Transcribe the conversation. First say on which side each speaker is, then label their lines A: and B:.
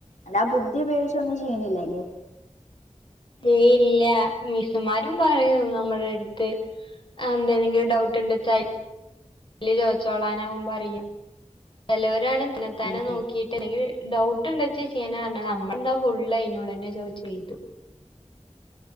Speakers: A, on the left; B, on the left.
A: അല്ലാതെ ബുദ്ധി ഉപയോഗിച്ചൊന്നും ചെയ്യണില്ലല്ലോ
B: ഏയ് ഇല്ല മിസ്സുമാരും പറയും നമ്മുടെ അടുത്ത് എന്തേനെങ്കിലും ഡൗട്ട് ഉണ്ട് വച്ചാല് ചാറ്റ് ജി പീ റ്റി ചോദിച്ചോളാനാകും പറയുക ചെലവരാണെ തന്നത്താനെ
A: ഉം
B: നോക്കി എന്തെങ്കിൽ ഡൗട്ട് എന്താ വച്ചാ ചെയ്യാനാ പറഞ്ഞെ നമ്മളന്താ ഫുള്ള് അയിനോട് തന്നെ ചോദിച്ച് ചെയ്യും